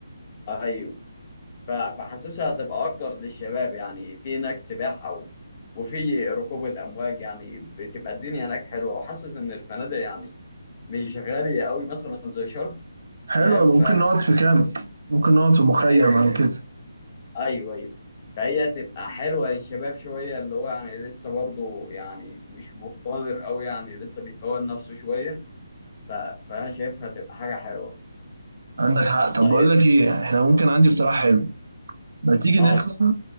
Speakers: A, on the left; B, on the right.
A: ايوه ف- فحاسسها هتبقى اكتر للشباب يعني في هناك سباحة و... وفي ركوب الامواج يعني بتبقى الدنيا هناك حلوة وحاسس ان الفنادق يعني مش غالية قوي مثلا زي شرم
B: حلو
A: تمام
B: أوي.
A: ف-
B: ممكن نقعد في كامب ممكن نقعد في مخيم
A: فهي
B: او كده
A: ايوه ايوه فهي تبقى حلوة للشباب شوية اللي هو يعني لسه برضه يعني مش مقتدر قوي يعني لسه بيكون نفسه شوية ف... فانا شايفها تبقى حاجة حلوة
B: عندك حق طب
A: طيب
B: بقول لك ايه احنا ممكن عندي اقتراح حلو ما تيجي
A: اه
B: نطلع